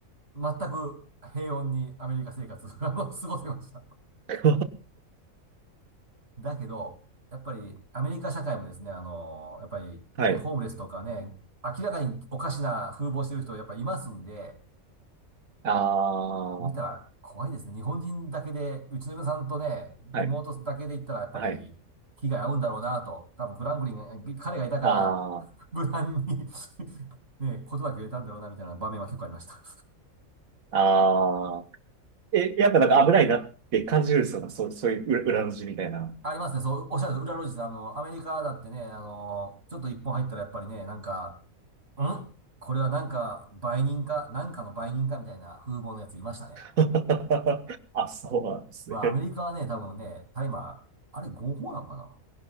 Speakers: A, on the right; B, on the right.
A: 全く平穏にアメリカ生活をあの過ごせました。
B: <laughs>
A: だけど、やっぱりアメリカ社会もですね、あの、やっぱりね、
B: はい。
A: ホームレスとかね、明らかにおかしな風貌してる人やっぱりいますんで、
B: ああ、
A: 見たら怖いですね。
B: は
A: 日本人だけで、うちの嫁さんとね、
B: い。
A: 妹だけで言ったらやっぱり被害合うんだろうなと。
B: はい。
A: 多分フランクリンが、彼がいたから、
B: あ
A: <laughs> 無難に <laughs> ね、ことだけ言えたんだろうなみたいな場面は結構ありました。
B: あ、<laughs> ああ。え、やっぱなんか危ないなって感じるんですよ。そう、そういう裏裏の字みたいな。
A: ありますね。そう、おっしゃる、裏路地さん、あの、アメリカだってね、あの、ちょっと一本入ったらやっぱりね、なんか、んこれはなんか、売人か、なんかの売人かみたいな風貌のやついましたね。
B: <laughs> あ、そうなんですね。
A: まあ、アメリカはね、多分ね、大麻、あれ合法なのかな